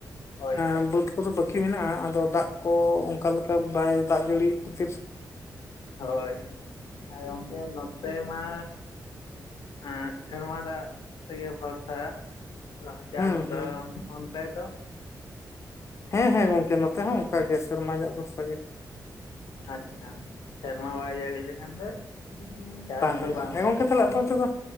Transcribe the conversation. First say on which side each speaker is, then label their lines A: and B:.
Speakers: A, on the left (about 85°); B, on the left (about 40°).
A: ᱦᱳᱭ ᱦᱳᱭ
B: ᱮᱸ ᱵᱟᱹᱫᱽ ᱠᱚᱫᱚ ᱵᱟᱹᱠᱤ ᱢᱮᱱᱟᱜᱼᱟ ᱟᱫᱚ ᱫᱟᱜ ᱠᱚ ᱚᱱᱠᱟ ᱞᱮᱠᱟ ᱵᱟᱭ ᱫᱟᱜ ᱡᱟᱹᱲᱤ ᱠᱷᱟᱹᱛᱤᱨ
A: ᱦᱳᱭ ᱟᱨ ᱜᱚᱢᱠᱮ ᱱᱚᱛᱮ ᱢᱟ ᱮᱸ ᱥᱮᱨᱢᱟ ᱫᱟᱜ ᱛᱮᱜᱮ ᱵᱷᱚᱨᱥᱟ᱾ ᱞᱟᱦᱟ ᱪᱟᱥ
B: ᱦᱩᱸ
A: ᱫᱚ
B: ᱦᱩᱸ
A: ᱚᱱ ᱚᱱᱛᱮ ᱫᱚ?
B: ᱦᱮᱸ ᱦᱮᱸ ᱜᱚᱝᱠᱮ ᱱᱚᱛᱮ ᱦᱚᱸ ᱚᱱᱠᱟ ᱜᱮ ᱥᱮᱨᱢᱟ ᱫᱟᱜ ᱵᱷᱚᱨᱥᱟ ᱜᱮ᱾
A: ᱟᱪᱪᱷᱟ ᱥᱮᱨᱢᱟ ᱵᱟᱭ ᱡᱟᱹᱲᱤ ᱞᱮᱠᱷᱟᱱ ᱫᱚ? ᱪᱟᱥ ᱫᱚ
B: ᱦᱩᱭᱩᱜᱼᱟ
A: ᱵᱟᱝ
B: ᱦᱮᱸ ᱜᱚᱝᱠᱮ ᱛᱟᱦᱚᱞᱮ
A: ᱵᱟᱝ
B: ᱟᱯᱮ ᱚᱱᱛᱮ ᱫᱚ